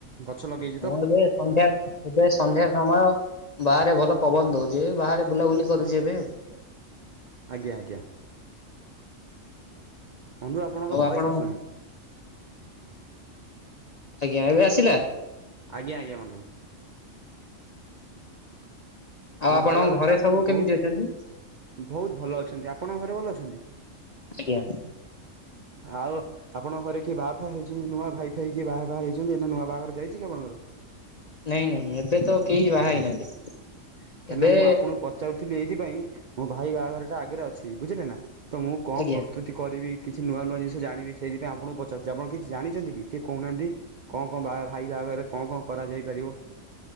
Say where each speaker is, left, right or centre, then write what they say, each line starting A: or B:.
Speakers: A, on the right (about 55°); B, on the left (about 45°).
A: ଗଛ ଲଗେଇକି
B: ମୁଁ ଏବେ ସନ୍ଧ୍ୟା ଏବେ ସନ୍ଧ୍ୟା ସମୟ ବାହାରେ ଭଲ ପବନ ଦଉଛି ଏବେ ବାହାରେ ବୁଲାବୁଲି କରୁଛି ଏବେ ଆଉ।
A: ଆଜ୍ଞା ଆଜ୍ଞା ବନ୍ଧୁ ଆପଣଙ୍କ
B: ଆଉ
A: ଭଏସ୍
B: ଆପଣ
A: ଆସୁନି?
B: ଆଜ୍ଞା ଏବେ ଆସିଲା?
A: ଆଜ୍ଞା ଆଜ୍ଞା ବନ୍ଧୁ।
B: ଆଉ
A: ମୁଁ
B: ଆପଣଙ୍କ
A: କହିବା କଥା
B: ଘରେ
A: ଆପଣଙ୍କୁ
B: ସବୁ କେମିତି ଅଛନ୍ତି?
A: ବହୁତ ଭଲ ଅଛନ୍ତି। ଆପଣଙ୍କ ଘରେ ଭଲ ଅଛନ୍ତି?
B: ଆଜ୍ଞା।
A: ଆଉ। ଆପଣଙ୍କ ଘରେ କିଏ ବାହା ଫାହା ହେଇଛନ୍ତି ନୂଆ ଭାଇ ଫାଇ ହ କିଏ ବାହା ଫାହା ହେଇଛନ୍ତି ଏ ନୂଆ ବାହାଘର ଯାଇଛି କି ଆପଣଙ୍କର?
B: ନାଇଁ ନାଇଁ ଏବେ ତ କେହି ବାହା ହେଇନାହାନ୍ତି।
A: କାହିଁକିନା
B: ଏବେ
A: ମୁଁ ଆପଣଙ୍କୁ ପଚାରୁଥିଲି ଏଇଥିପାଇଁ ମୋ ଭାଇ ବାହାଘର ଟା ଆଗରେ ଅଛି ବୁଝିଲେ ନା। ତ ମୁଁ କଣ
B: ଆଜ୍ଞା
A: ପ୍ରସ୍ତୁତି କରିବି ତ କିଛି ନୂଆ ନୂଆ ଜିନିଷ ଜାଣି ସେଥିପାଇଁ ଆପଣଙ୍କୁ ପଚାରୁଛି ଆପଣ କିଛି ଜାଣିଛନ୍ତି ଟିକେ କହୁନାହାନ୍ତି? କଣ କଣ, ବାହା ଭାଇ ବାହାଘରେ କଣ କଣ କରାଯାଇ ପାରିବ?